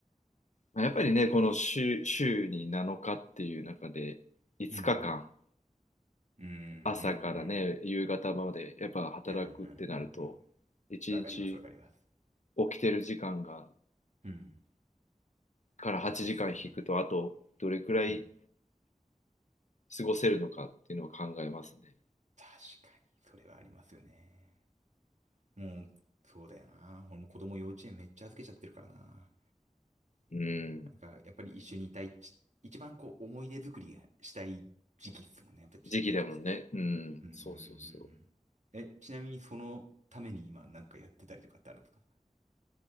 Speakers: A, on the left; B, on the right.
A: まあ、やっぱりね、この週、週に7日っていう中で5日間、
B: んうん。うん。うんうんう
A: 朝からね、
B: ん。
A: 夕方までやっぱ働くってなると、
B: うんうんうんうん。
A: 1日
B: わかりますわかります。
A: 起きてる時間が
B: うん。
A: から8時間引くと、
B: まあそうっすよね。
A: あとどれくらい
B: うん。
A: 過ごせるのかっていうのを考えますね。
B: 確かに、それはありますよね。もう、そうだよな。俺も子供幼稚園めっちゃ預けちゃってるからな。な
A: うん。
B: んか、やっぱり一緒にいたいち、一番こう、思い出作りがしたい時期っすもんね。やっぱちっちゃい時って。
A: 時期だもんね。うん。
B: うんうんうんうんえ、
A: そうそうそ
B: ちなみにそのために今なんかやってたりとかってあるんですか